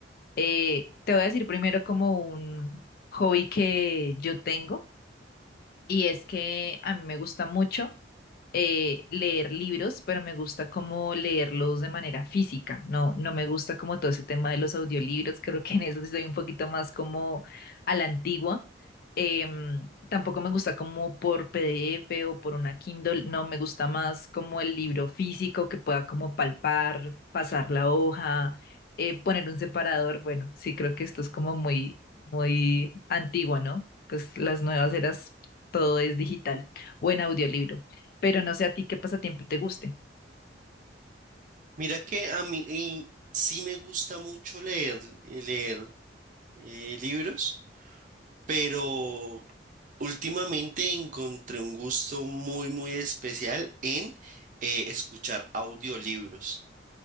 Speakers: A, on the left; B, on the right.
A: Eh, te voy a decir primero como un hobby que yo tengo y es que a mí me gusta mucho eh, leer libros, pero me gusta como leerlos de manera física. No, no me gusta como todo ese tema de los audiolibros. Creo que en eso sí soy un poquito más como a la antigua. Em, tampoco me gusta como por PDF o por una Kindle. No, me gusta más como el libro físico que pueda como palpar, pasar la hoja, eh, poner un separador. Bueno, sí, creo que esto es como muy, muy antigua, ¿no? Pues las nuevas eras, todo es digital o en audiolibro pero no sé a ti qué pasatiempo te guste.
B: Mira que a mí y sí me gusta mucho leer, eh, leer eh, libros, pero últimamente encontré un gusto muy, muy especial en eh, escuchar audiolibros.